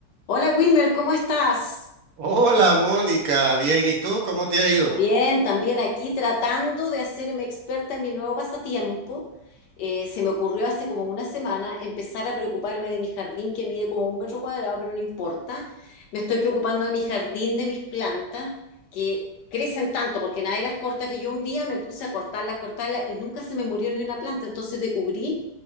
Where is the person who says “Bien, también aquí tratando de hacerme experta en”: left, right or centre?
Left